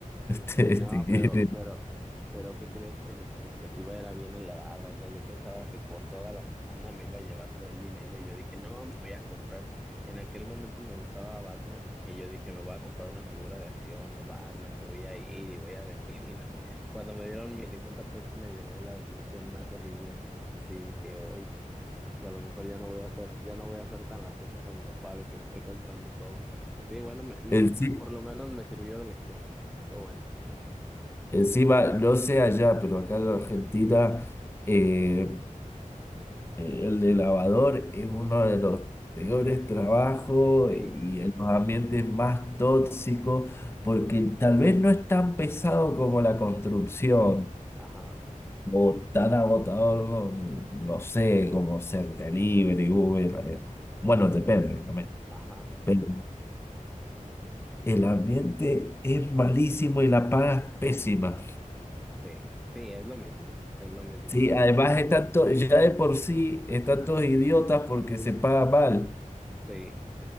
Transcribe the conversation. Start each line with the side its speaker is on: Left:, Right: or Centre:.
Left: <laughs> Te-
Centre: Sí, no,
Left: te quieren-
Centre: pero, pero, pero, ¿qué crees que mi expectativa era bien elevada? O sea, yo pensaba que por toda la semana me iba a llevar buen dinero y yo dije, no, me voy a comprar. En aquel momento me gustaba Batman y yo dije, me voy a comprar una figura de acción de Batman y voy a ir y voy a <laughs> venir y no. Cuando me dieron mis 50 pesos me llevé la desilusión más horrible. Entonces sí, dije, hoy, pues a lo mejor ya no voy a ser, ya no voy a ser tan latoso con mi papá de que me esté comprando todo. Sí, bueno, me- m-
Left: Enci-
Centre: por lo menos me sirvió de lección. Todo bueno.
Left: Encima, no sé allá, pero acá en Argentina. eh, Eh, El de lavador es uno de los peores trabajos
Centre: Sí,
Left: y en los ambientes más tóxicos, porque tal vez no es tan pesado como la construcción
Centre: ajá,
Left: o tan agotador, no, no sé, como ser delivery, Uber. eh, Bueno, depende también.
Centre: ajá,
Left: Pero el ambiente es malísimo y la paga es pésima.
Centre: sí, sí, es lo mismo, es lo mismo
Left: Sí,
Centre: también,
Left: además
Centre: sí,
Left: están to- ya de por sí están todos idiotas porque se paga mal.
Centre: sí,